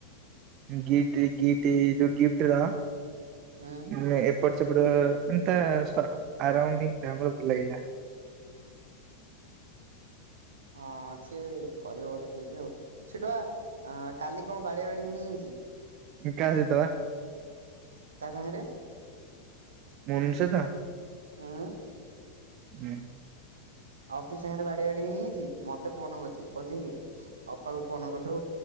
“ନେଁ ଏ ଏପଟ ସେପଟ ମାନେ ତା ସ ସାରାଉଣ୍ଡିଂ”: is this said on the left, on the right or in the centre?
Right